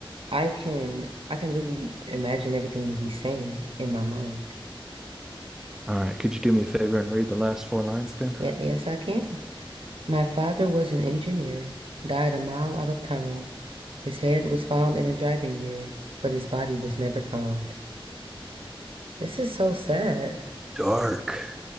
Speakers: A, on the right; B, in the centre.
A: I can I can literally imagine everything that he's saying in my mind.
B: All right. Could you do me a favor and read the last four lines then?
A: Yeah, yes, I can. My father was an engineer, died a mile out of town. His head was found in a driving gear, but his body was never found. This is so sad.
B: Dark.